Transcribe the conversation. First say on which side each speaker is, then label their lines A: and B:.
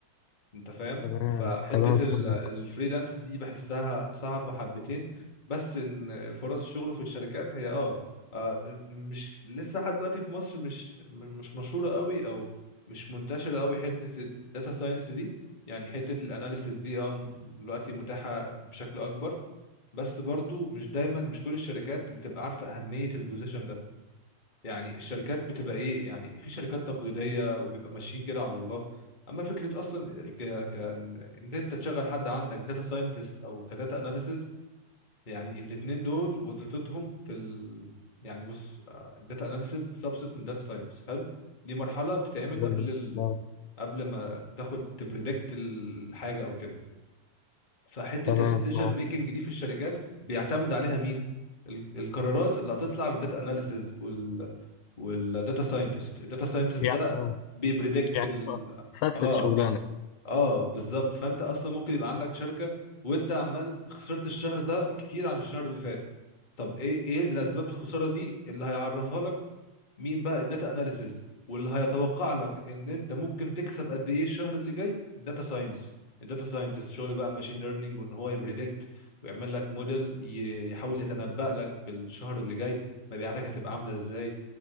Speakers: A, on the left; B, on the left.
A: انت فاهم
B: تمام
A: فحتة
B: تمام
A: ال-
B: فاهمك
A: الفريلانس دي بحسها صعبة حبتين بس ان فرص شغله في الشركات هي اه آه، مش لسه لحد دلوقتي في مصر مش مش مشهورة قوي او مش منتشرة قوي حتة الداتا ساينس دي يعني حتة الاناليسيس دي اه دلوقتي متاحة بشكل اكبر بس برضو مش دايما مش كل الشركات بتبقى عارفة اهمية البوزيشن ده يعني الشركات بتبقى ايه يعني في شركات تقليديه وبيبقى ماشيين كده على الله اما فكره اصلا ك... ك... ان انت تشغل حد عندك داتا ساينتست او كداتا اناليسز يعني الاتنين دول وظيفتهم في ال... يعني بص الداتا اناليسز سبست من داتا ساينس حلو دي مرحله بتتعمل
B: تمام
A: قبل ال...
B: اه
A: قبل ما تاخد تبريدكت الحاجه او كده فحته
B: تمام
A: الديسيجن
B: اه
A: ميكنج دي في الشركات بيعتمد عليها مين ال- القرارات اللي هتطلع من داتا اناليسز والداتا ساينتست الداتا ساينتست
B: يعني
A: ده
B: اه.
A: بيبريدكت
B: يعني
A: ال
B: انت اساس
A: اه
B: الشغلانه
A: اه بالظبط فانت اصلا ممكن يبقى عندك شركه وانت عمال خسرت الشهر ده كتير عن الشهر اللي فات طب ايه ايه الاسباب الخساره دي اللي هيعرفها لك مين بقى الداتا اناليسز واللي هيتوقع لك ان انت ممكن تكسب قد ايه الشهر اللي جاي داتا ساينس الداتا ساينتست شغل بقى ماشين ليرنينج وان هو يبريدكت ويعمل لك موديل يحاول يتنبأ لك بالشهر اللي جاي مبيعاتك هتبقى عامله ازاي